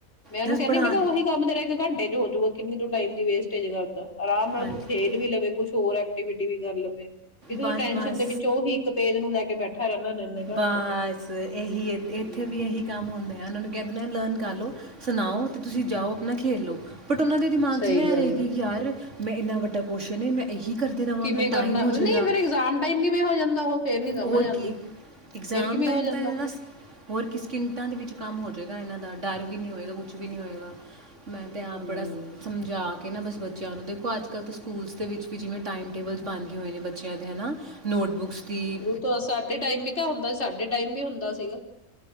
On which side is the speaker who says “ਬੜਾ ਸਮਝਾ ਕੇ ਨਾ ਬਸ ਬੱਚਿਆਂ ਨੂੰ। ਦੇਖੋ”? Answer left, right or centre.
Right